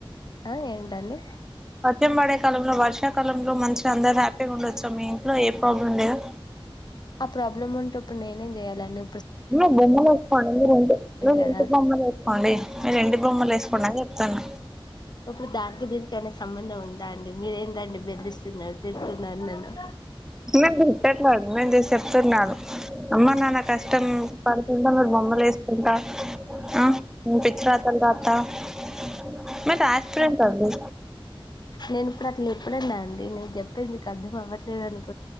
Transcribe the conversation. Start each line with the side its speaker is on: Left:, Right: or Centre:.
Left: ఆ ఏంటండి
Centre: వర్షం పడే కాలంలో వర్షాకాలంలో మంచిగా అందరు హ్యాపీగా ఉండవచ్చు మీ ఇంట్లో ఏ ప్రాబ్లం లేదా
Left: ఆ ప్రాబ్లమ్ ఉంటే ఇప్పుడు నేనేం చెయాల అండి
Centre: నువ్వు బొమ్మలు వేసుకోండి మీరు ఇంట్ మీరు
Left: కదా
Centre: ఇంటి బొమ్మలు వేసుకోండి మీరు ఇంటి బొమ్మలు వేసుకోండి అని చెప్తాను
Left: ఇప్పుడు దానికి దీనికి ఏమన్నా సంబంధ ఉం దా అండి, మీరేం? దాన్ని బెదిరిస్తున్నాడు, తిడుతున్ నన్నేనా
Centre: నిన్నెం తిట్టట్లేదు నేన్ జస్ట్ చెప్తున్నాను. అమ్మ నాన్న కష్టం పడుతుంటే, మీరు బొమ్మలేస్కుంట ఆ నువ్ పిచ్చి రాతలు రాత్త <unintelligible> అయింది.
Left: నేను ఇప్పుడు అట్ల ఎప్పుడన్నా అండి? నిక్ చెప్ తె మీకు అర్థం అవ్వట్లేదు అనుక్